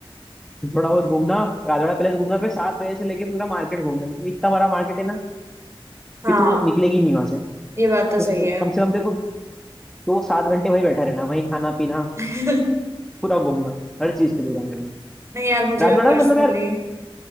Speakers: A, in the centre; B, on the right.
A: थोड़ा बहुत घूमना राजवाड़ा पैलेस घूमना फिर सात बजे से लेके पूरा मार्केट घूमना क्योंकि इतना बड़ा मार्केट है ना
B: हाँ
A: कि तू निकलेगी नहीं वहां से
B: ये बात
A: तो
B: तो सही
A: स-
B: है
A: कम से कम तेरे को दो सात घंटे वहीं बैठा रहना वहीं खाना पीना
B: <laughs>
A: पूरा घूमना हर चीज की दुकान में
B: नहीं यार मुझे
A: राजवाड़ा
B: भी पर्सनली
A: में मतलब यार